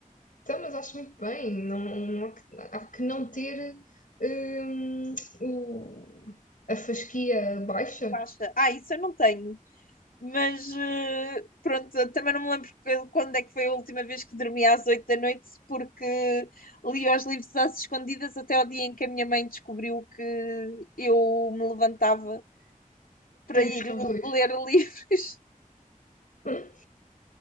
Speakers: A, on the left; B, on the left.
A: então, mas acho muito bem. Não, não há, que, há que não ter hum, o, a fasquia baixa
B: Basta. Ah, isso eu não tenho. Mas eh, pronto, eu também não me lembro que- quando é que foi a última vez que dormi às oito da noite, porque li os livros às escondidas até o dia em que a minha mãe descobriu que eu me levantava para
A: para
B: ir
A: ir buscar os livros.
B: ler livros.
A: Hum,